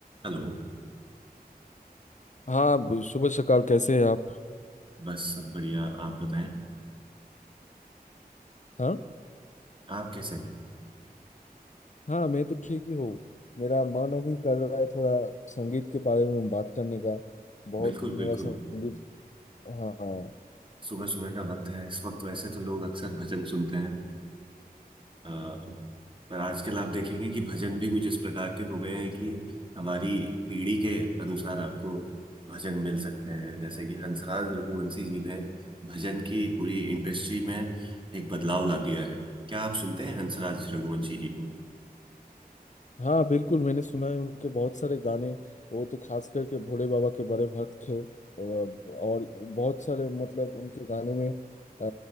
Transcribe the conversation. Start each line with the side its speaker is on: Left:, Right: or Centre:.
Right: Hello
Left: हाँ ब- शुभ सकार कैसे हैं आप
Right: बस सब बढ़िया आप बताएं
Left: हाँ
Right: आप कैसे हैं
Left: हाँ मैं तो ठीक ही हूँ मेरा मन अभी कर रहा है थोड़ा संगीत के बारे में बात करने का बहुत
Right: बिल्कुल
Left: मेरा
Right: बिल्कुल
Left: संगीत हाँ
Right: सुबह सुबह का वक्त है इस वक्त वैसे तो लोग अक्सर भजन सुनते हैं अ, पर आजकल आप देखेंगे कि भजन भी कुछ इस प्रकार के हो गए हैं कि हमारी पीढ़ी के अनुसार आपको भजन मिल सकते हैं जैसे कि हंसराज रघुवंशी जी ने भजन की पूरी इंडस्ट्री में एक बदलाव ला दिया है क्या आप सुनते हैं हंसराज रघुवंशी जी को
Left: हाँ बिल्कुल मैंने सुना है उनके बहुत सारे गाने वो तो खास करके भोले बाबा के बड़े भक्त थे और और बहुत सारे मतलब उनके गाने में आ,